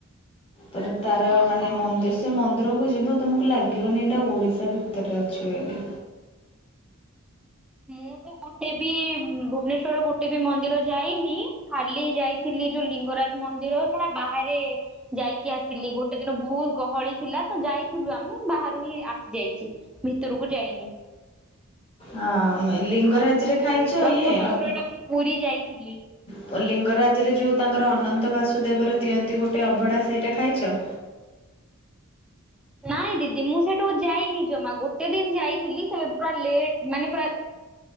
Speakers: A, on the left; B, in the centre.
A: ପୁରା ତାର
B: ହଁ
A: ମାନେ
B: ହଁ
A: ମନ୍ଦିସ୍ ସେ ମନ୍ଦିରକୁ ଯିବ ତମକୁ ଲାଗିବନି ଏଇଟା ଓଡ଼ିଶା ଭିତରେ ଅଛି ବୋଲି।
B: ମୁଁ ତ ଗୋଟେ ବି ଭୁବନେଶ୍ଵରର ଗୋଟେ ବି ମନ୍ଦିର ଯାଇନି, ଖାଲି ଯାଇ ଥିଲି ଯୋଉ ଲିଙ୍ଗରାଜ ମନ୍ଦିର ସେଟା ବାହାରେ ଯାଇକି ଆସିଲି, ଗୋଟେ ଦିନ ବହୁତ ଗହଳି ଥିଲା ତ ଯାଇଥିଲୁ ଆମେ ବାହାରୁ ହିଁ ଆସି ଯାଇଚି ଭିତରକୁ ଯାଇନି।
A: ହଁ-ଅ-ଅ ମେ ଲିଙ୍ଗରାଜରେ
B: ଆଉ
A: ଖାଇଛ
B: ପ୍ରଥମ
A: ଇଏ ଅଭ
B: ଥର ଟା ମୁଁ ପୁରୀ ଯାଇଥିଲି
A: ପ ଲିଙ୍ଗରାଜରେ ଯୋଉ ତାଙ୍କର ଅନନ୍ତ ବାସୁଦେବର ଦିଅନ୍ତି ଗୋଟେ ଅଭଡ଼ା ସେଇଟା ଖାଇଛ?
B: ନାଇଁ ଦିଦି ମୁଁ ସେଠୁକୁ ଯାଇନି ଜମା ଗୋଟେ ଦିନ ଯାଇଥିଲି ସେ ପୁରା ଲେଟ୍ ମାନେ ପୁରା